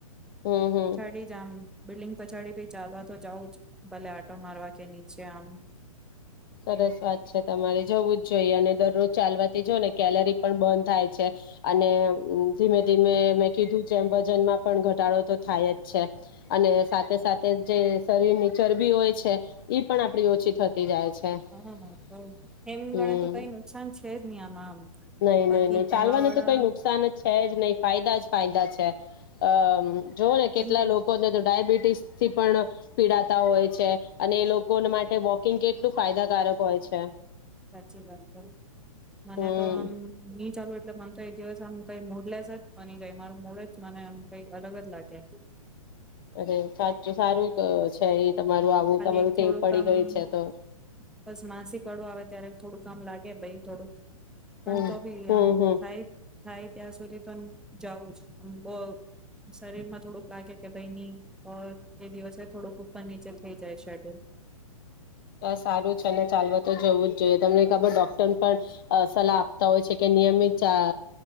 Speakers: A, on the left; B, in the centre.
A: હમ, હમ.
B: જ આમ બિલ્ડિંગ પછાડી ભી ચાલવા તો જાઉં છુ, ભલે આટો મારવા કે નીચે આમ.
A: સરસ વાત છે, તમારે જવું જ જોઈએ અને દરરોજ ચાલવાથી જો ને કેલરી. પણ બંધ થાય છે, અને. ધીમે ધીમે મેં કીધું જેમ વજનમાં પણ ઘટાડો તો થાય જ છે અને સાથે સાથે જે શરીરની ચરબી હોય છે, ઈ પણ આપડી ઓછી થતી જાય છે. હમ્મ
B: હા તો એમ ગણે તો કઈ નુકસાન છે જ નહી આમાં આમ
A: નહીં
B: બાકી
A: નહીં નહીં-ચાલવાનું
B: કરવા વાળા
A: તો કઈ નુકસાન જ છે જ નહીં ફાયદા જ ફાયદા છે. અમ જો ને,
B: કેમ
A: કેટલા
B: કે
A: લોકોને તો ડાયાબિટીસ. થી પણ પીડાતા હોય છે અને એ લોકો માટે વોકિંગ એક કેટલું ફાયદાકારક હોય છે.
B: સાચી વાત તો મને
A: હમ
B: તો આમ નહીં ચાલુ એટલે મ. તો એ દિવસ આમ કંઈ મોડલેસ જ મની કંઈ મારું મોઢું મને એમ કંઈ અલગ જ લાગે.
A: અરે, સાચું સારું છે. <unintelligible> આવું
B: ખાલી
A: તમારું
B: એક થોડું
A: ટેવ પડી
B: કામ
A: ગઈ
B: આમ
A: છે તો
B: બસ માસિક વાળું આવે ત્યારે થોડું આમ લાગે ભઈ થોડુંક. પણ
A: હમ
B: તો ભી
A: હમ
B: આમ
A: હમ
B: થાય, થાય, ત્યાં સુધી તો. જવું જ આમ, બ શરીર માં થોડુંક લાગે કે ભાઈ, ની એ દિવસે થોડુંક ઉપર-નીચે થઈ. જય શકે
A: સારું છે, અને ચાલવા તો જોવું જ જોઈએ, તમને ખબર ડોક્ટર પણ અ સલાહ આપતા હોય છે કે નિયમિત ચા